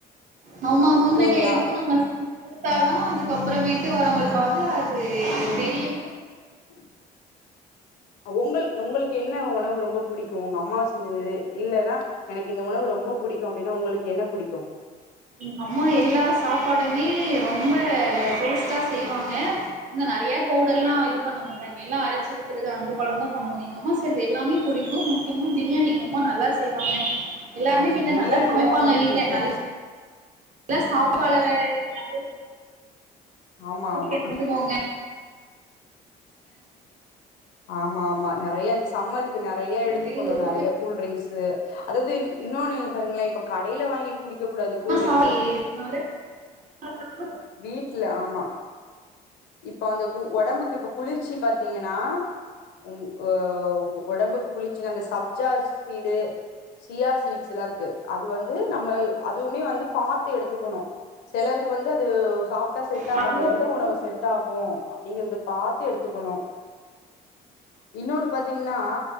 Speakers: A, on the right; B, on the left.
A: நம்ம முன்னிலைய
B: இல்லைங்களா
A: எடுத்து நம்ம செஞ்சு குடுத்தாதா அதுக்கு அப்பறமேட்டு வரவங்களுக்காவது இது தெரியு
B: ம் உங்கள் உங்களுக்கு என்ன உணவு ரொம்ப பிடிக்கு உங்க அம்மா செஞ்சது இல்லன்னா எனக்கு இந்த உணவு ரொம்ப பிடிக்கு அப்டின்னா உங்களுக்கு என்ன புடிக்கு
A: எங்க அம்மா எல்லா சாப்பாடுமே ரொம்ப டேஸ்டா செய்வாங்க இந்த நெறையா பவுடர்ல்லா இது பண்ண மாட்டாங்க எல்லா அரைச்சி விட்டுறது அந்த கொழம்பு தா பண்ணுவாங்க எங்க அம்மா செய்றது எல்லாமே புடிக்கு முக்கியமா பிரியாணி எங்கம்மா நல்லா செய்வாங்க எல்லாருமே
B: ஆமா
A: வீட்ல
B: பிரியாணிதா
A: நல்லா சமைப்பாங்க
B: யாருக்கு
A: வீட்ல
B: புடிக்காது
A: நல் லா சாப்பால வேற நெறய
B: ஆமா
A: கிரிக்கெட்
B: ஆமா
A: முட்டு போங்க
B: ஆமா ஆமா நெறைய இந்த சம்மருக்கு நெறைய எடுத்துக்கணு
A: சீக்கிரமா
B: நெறைய கூல்டிரிங்க்ஸு அதாவது இன்னொன்னு பாருங்களே இப்ப கடைல வாங்கி குடிக்க கூடாது கூல்டிரிங்
A: யே சும்மாவே அது எப்டி
B: வீட்ல ஆமா இப்ப அந்த உடம்புக்கு இப்ப குளிர்ச்சி பாத்தீங்கன்னா ம் ஓ உடம்புக்கு குளிச்சின்னா அந்த சப்ஜா சீடு சியா சீட்ஸ்ல்லா இருக்கு அது வந்து நம்ம அதுவுமே வந்து பாத்து எடுத்துக்கணு சிலருக்கு வந்து அது சாப்ட்டா செட் ஆகாது
A: கரும்பு
B: எந்த உணவு செட் ஆகு அப்டிங்கிறத பாத்து எடுத்துக்கணு இன்னொன்னு பாத்தீங்கன்னா